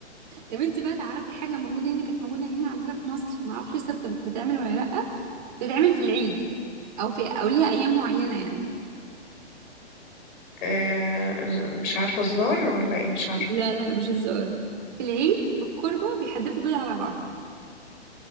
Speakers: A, on the right; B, on the left.
A: طب انت بقى تعرفي حاجة موجودة هنا كانت موجودة هنا عندنا في مصر ما اعرفش لسه بت- بتتعمل ولا لأ بتتعمل في العيد أو في أو ليها أيام معينة يعني
B: آه مش عارفه الزار ولا ايه مش عارفه
A: لا لا مش هزار في العيد في الكربة بيحدفوا بيض على بعض